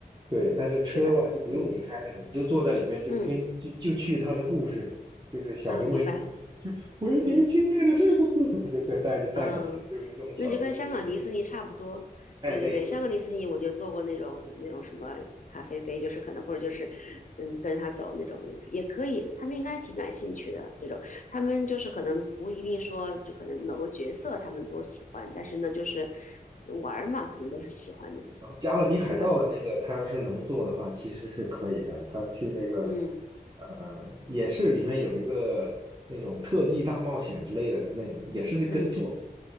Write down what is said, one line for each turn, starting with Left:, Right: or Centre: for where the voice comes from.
Right: 对。但是车吧就不用你开了，
Left: 对吧？嗯
Right: 你就坐在里面就跟就就去它的故事，
Left: 嗯
Right: 就是小熊维尼，
Left: 嗯，明白，
Right: 就维尼经历了这个故事，
Left: 嗯。
Right: 他就可以带着带你去，
Left: 嗯，
Right: 就是用小熊维尼的声音，
Left: 那就跟香港迪士尼差不多。
Right: 哎，
Left: 对对对，
Right: 类似类似。
Left: 香港迪士尼我就做过那种那种什么咖啡杯，就是可能或者就是嗯跟着他走那种也可以，他们应该挺感兴趣的这种。他们就是可能不一定说就可能某个角色他们多喜欢，但是呢就是玩儿嘛，肯定都是喜欢的，
Right: 然后加勒比海盗的那个，
Left: 对吧？
Right: 他要是能做的话，其实是可以的。他去那个，
Left: 嗯
Right: 呃，也是里面有一个那种特技大冒险之类的，那也是跟坐，
Left: 嗯，